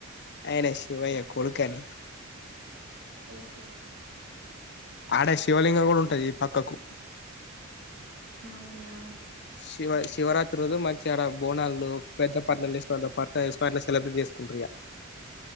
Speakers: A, on the left (about 55°); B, on the right (about 65°).
A: ఆయన శివయ్య కొడుకుని
B: త
A: ఆడ శివలింగం కూడా ఉంటది ఈ పక్కకు
B: ఆ అవునా
A: శివ శివరాత్రి రోజు మంచి అడ బోనాల్లో పెద్ద పట్ల వసుకు పల వ పట్ల సెలబ్రేట్ చేసుకుంట్ర